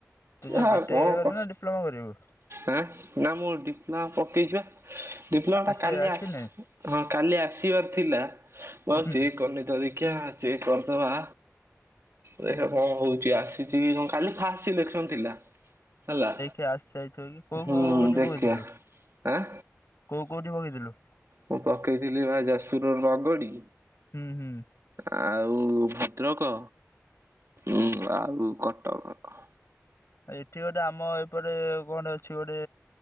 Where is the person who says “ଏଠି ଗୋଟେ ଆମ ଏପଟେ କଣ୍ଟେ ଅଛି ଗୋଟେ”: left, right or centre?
Left